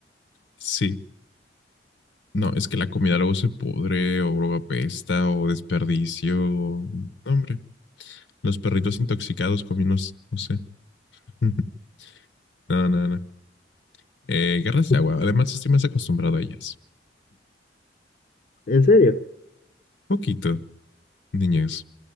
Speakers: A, on the left; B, on the left.
A: Sí. No, es que la comida luego se pudre o luego apesta o desperdicio. o- no, hombre, los perritos intoxicados cominos, no sé. <laughs> No, no, no. Eh, guerras
B: <laughs>
A: de agua. Además, estoy más acostumbrado a ellas.
B: ¿En serio?
A: Poquito, niñez.